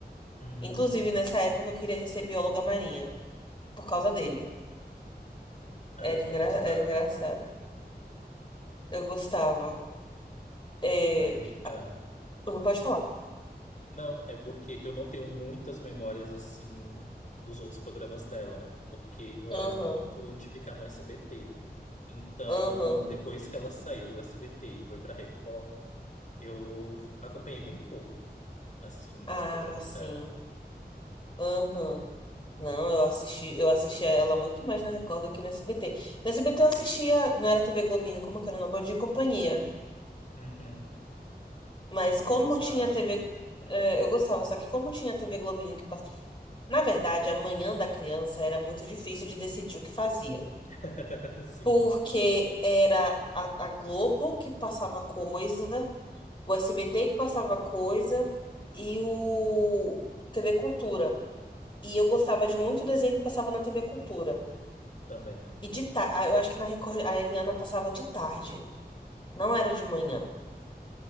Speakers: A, on the left; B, on the left.
A: Hum,
B: Inclusive, nessa época, eu queria ser bióloga marinha. Por causa dele.
A: ai,
B: Era, engra,
A: eu gostava,
B: era engraçado. Eu gostava. É...
A: mas ah,
B: ah, Não pode falar.
A: não, é porque eu não tenho muitas memórias assim dos outros programas dela, né? Porque eu
B: Aham,
A: era muito de ficar no SBT. Então,
B: aham.
A: depois que ela saiu do SBT e foi pra Record, eu acompanhei bem pouco, assim,
B: Ah,
A: os programas
B: sim.
A: dela.
B: Aham. Não, eu assisti, eu assistia ela muito mais na Record do que no SBT. No SBT eu assistia, não era TV Globinho, como que era, no Bom Dia e Companhia.
A: Uhum,
B: Mas
A: sim,
B: como
A: eu gostava.
B: tinha TV, é, eu gostava, só que como tinha TV Globinho que passava. Na verdade, a manhã da criança era muito difícil de decidir o que fazia.
A: <laughs> Sim,
B: Porque era a, a Globo que passava coisa, o SBT que passava coisa e o TV Cultura. E eu gostava de muito desenho que passava na TV Cultura.
A: também.
B: E de tarde, eu acho que na Record a Eliana passava de tarde, não era de manhã.